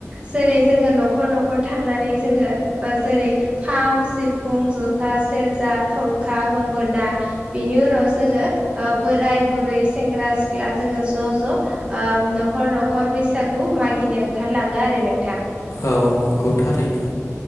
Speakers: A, on the right; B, on the left.
A: जेरै जोङो नखर नखर थांनानै जोङो ओ जेरै खाम, सिफुं जथा सेरजा थर खा गंगोना बिनि उनाव जोङो ओ बोराय बुरै सेंग्रा सिख्ला जोङो ज' ज' ओ नखर नखर बैसागु मागिनो ओंखारलाङो आरो नों
B: औ नंगौ थारैनो